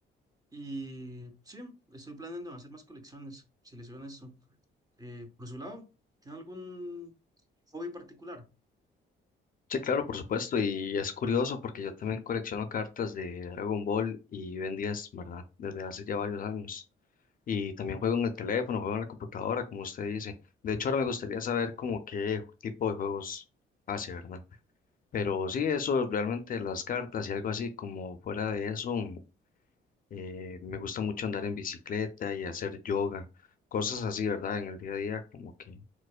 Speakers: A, on the right (about 20°); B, on the left (about 45°).
A: Y sí, estoy planeando hacer más colecciones, si les soy honesto. Eh, por su lado, ¿tiene algún hobby particular?
B: Sí, claro, por supuesto, y es curioso porque yo también colecciono cartas de Dragon Ball y Ben 10, ¿verdad? Desde hace ya varios años. Y también juego en el teléfono, juego en la computadora, como usted dice. De hecho, ahora me gustaría saber como qué tipo de juegos hace, ¿verdad? Pero sí, eso realmente las cartas y algo así, como fuera de eso, mm, eh, me gusta mucho andar en bicicleta y hacer yoga, cosas así, ¿verdad? En el día a día, como que